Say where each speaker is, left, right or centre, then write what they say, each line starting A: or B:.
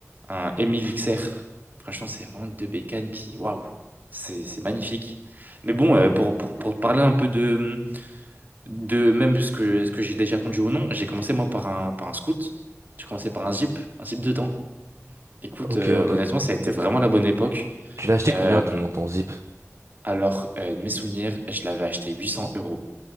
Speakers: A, on the right; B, on the right.
A: un M1000XR. Franchement, c'est vraiment deux bécanes qui. Waouh! C'est c'est magnifique. Mais bon, euh, pour, pour, pour te parler un peu de, de même ce que, ce que j'ai déjà conduit ou non, j'ai commencé moi par un, par un scoot. J'ai commencé par un Jeep, un Jeep dedans. Écoute,
B: Ok,
A: euh,
B: ok.
A: honnêtement, ça a été vraiment la bonne époque.
B: Tu l'as acheté
A: Euh,
B: combien ton, ton zip?
A: alors, euh, de mes souvenirs, je l'avais acheté 800 euros.